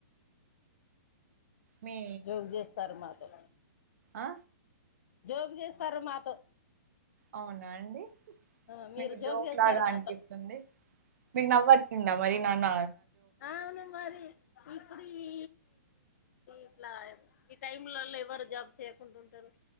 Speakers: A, on the right; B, on the left.
A: మీ
B: జోగు చేస్తారు మాతో
A: ఆ
B: జోగు చేస్తారు మాతో
A: అవునా అండి
B: ఆ మీరు
A: మీకు జోక్
B: చేస్తారు
A: లాగా
B: మాతో
A: అనిపిస్తుంది మీకు నవ్వచ్చిందా మరి నాన్న
B: ఆవును మరి ఇప్పుడు ఈ ఇట్లా ఈ టైమ్లలో ఎవరు జాబ్ చేయకుండా ఉంటారు